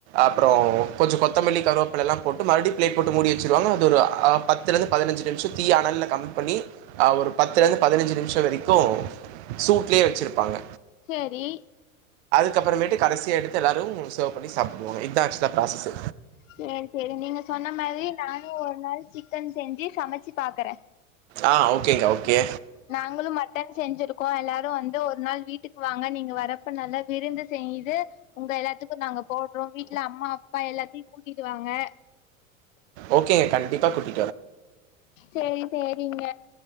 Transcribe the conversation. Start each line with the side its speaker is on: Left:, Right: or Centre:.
Right: அப்றோ கொஞ்சோ கொத்தமல்லி கருவேப்பிலெல்லா போட்டு மறுபடி பிளேட் போட்டு மூடி வெச்சிருவாங்க அது ஒரு ஆ பத்துலிர்ந்து பதனஞ்சு நிமிஷோ தீய அனல்ல கம்மி பண்ணி ஆ ஒரு பத்துலேர்ந்து பதனஞ்சு நிமிஷோ வரைக்கு சூட்லயே வெச்சிருப்பாங்க
Left: செரி
Right: க்கப்பறமேட்டு கடைசியா எடுத்து எல்லாரு சர்வ் பண்ணி சாப்ட்டுக்குவாங்க இதா ஆக்சுவலா ப்ராசஸு
Left: சேரி சேரி நீங்க சொன்ன மாரி நானு ஒரு நாள் சிக்கன் செஞ்சு சமைச்சு பாக்கறே
Right: ஆ ஓகேங்க்கா ஓகே
Left: நாங்களு மட்டன் செஞ்சிருக்கோ எல்லாரு வந்து ஒரு நாள் வீட்டுக்கு வாங்க நீங்க வரப்ப நல்லா விருந்து செய்து உங்க எல்லாத்துக்கு நாங்க போடுறோ வீட்ல அம்மா அப்பா எல்லாத்தையு கூட்டிட்டு வாங்க
Right: ஓகேங்க கண்டிப்பா கூட்டி
Left: சேரி சேரிங்க